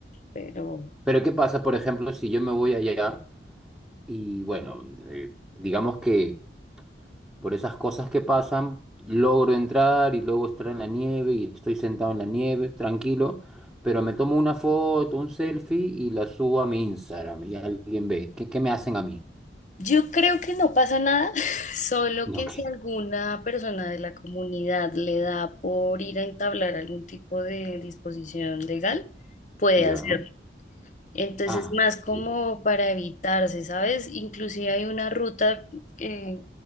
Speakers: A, on the left; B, in the centre.
A: Pero
B: Pero ¿qué pasa, por ejemplo, si yo me voy allá y, bueno, eh, digamos que por esas cosas que pasan, logro entrar y luego estar en la nieve y estoy sentado en la nieve, tranquilo, pero me tomo una foto, un selfie y la subo a mi Instagram y alguien ve. ¿Qué, qué me hacen a mí?
A: yo creo que no pasa nada, <laughs> solo
B: No,
A: que si alguna persona de la comunidad le da por ir a entablar algún tipo de disposición legal, puede
B: Ya.
A: hacerlo. Entonces,
B: Ah,
A: más como
B: ok.
A: para evitarse, ¿sabes? Inclusive hay una ruta que,